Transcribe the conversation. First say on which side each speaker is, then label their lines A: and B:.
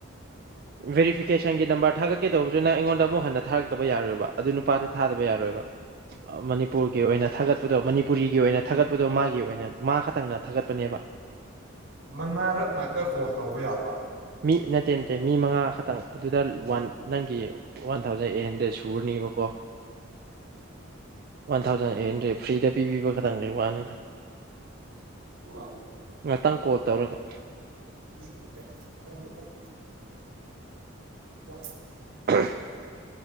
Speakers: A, on the right; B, on the right.
A: ꯕꯦꯔꯤꯐꯤꯀꯦꯁꯟꯒꯤ ꯅꯝꯕꯔ ꯊꯥꯒꯛꯀꯦ ꯇꯧꯕꯁꯨ ꯅꯪ ꯑꯩꯉꯣꯟꯗ ꯑꯃꯨꯛ ꯍꯟꯅ ꯊꯥꯔꯛꯇꯕ ꯌꯥꯔꯣꯏꯕ ꯑꯗꯨ ꯅꯨꯄꯥꯗ ꯊꯥꯗꯕ ꯌꯥꯔꯣꯏꯕ ꯃꯅꯤꯄꯨꯔꯒꯤ ꯑꯣꯏꯅ ꯊꯥꯒꯠꯄꯗꯣ ꯃꯅꯤꯄꯨꯔꯤꯒꯤ ꯑꯣꯏꯅ ꯊꯥꯒꯠꯄꯗꯣ ꯃꯥꯒꯤ ꯑꯣꯏꯅ ꯃꯥ ꯈꯛꯇꯪꯅ ꯊꯥꯒꯠꯄꯅꯦꯕ
B: ꯃꯟꯒꯥꯔꯛ ꯉꯥꯛꯇ ꯀꯣꯜ ꯇꯧꯕ ꯌꯥꯕ
A: ꯃꯤ ꯅꯠꯇꯦ ꯅꯠꯇꯦ ꯃꯤ ꯃꯉꯥ ꯈꯛꯇꯪ ꯑꯗꯨꯗ ꯋꯥꯟ ꯅꯪꯒꯤ ꯋꯥꯟ ꯊꯥꯎꯖꯟ ꯑꯩꯠ ꯍꯟꯗ꯭ꯔꯦꯗ ꯁꯨꯔꯅꯤꯕꯀꯣ ꯋꯥꯟ ꯊꯥꯎꯖꯟ ꯑꯩꯠ ꯍꯟꯗ꯭ꯔꯦꯠ ꯐ꯭ꯔꯤꯗ ꯄꯤꯕꯤꯕ ꯈꯇꯪꯗꯒꯤ ꯋꯥꯅꯤꯗ
B: <unintelligible>
A: ꯉꯍꯥꯛꯇꯪ ꯀꯣꯜ ꯇꯧꯔꯒ
B: <unintelligible> <unintelligible>
A: <unintelligible>